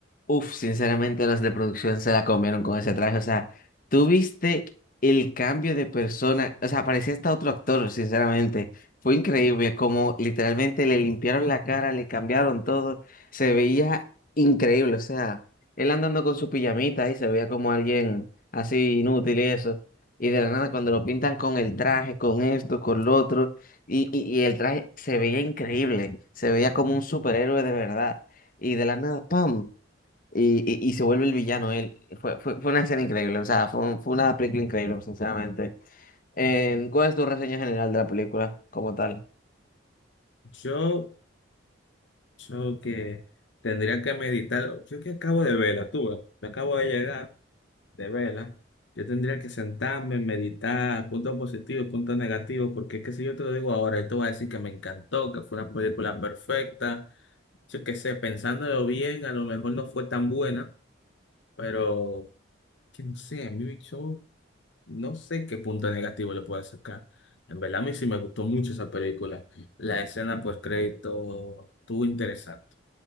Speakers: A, on the left; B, on the left.
A: Uf, sinceramente los de producción se la comieron con ese traje. O sea, tú viste el cambio de persona. O sea, parecía hasta otro actor, sinceramente. Fue increíble como literalmente le limpiaron la cara, le cambiaron todo. Se veía increíble. O sea, él andando con su pijamita ahí se veía como alguien así inútil y eso. Y de la nada, cuando lo pintan con el traje, con esto, con lo otro, y, y, y el traje se veía increíble. Se veía como un superhéroe de verdad. Y de la nada, ¡pam! Y, y, y se vuelve el villano él. Fue, fue, fue una escena increíble, o sea, fue, un- fue una película increíble, sinceramente. Em, ¿cuál es tu reseña general de la película como tal?
B: Yo. Yo que tendría que meditar. Yo que acabo de verla, tú ves. Me acabo de llegar de verla. Yo tendría que sentarme, meditar, puntos positivos, puntos negativos, porque es que si yo te lo digo ahora, yo te voy a decir que me encantó, que fue una película perfecta. Yo que sé, pensándolo bien, a lo mejor no fue tan buena, pero que no sé, a mí yo no sé qué punto negativo le puedo sacar. En verdad, a mí sí me gustó mucho esa película. La escena post crédito estuvo interesante.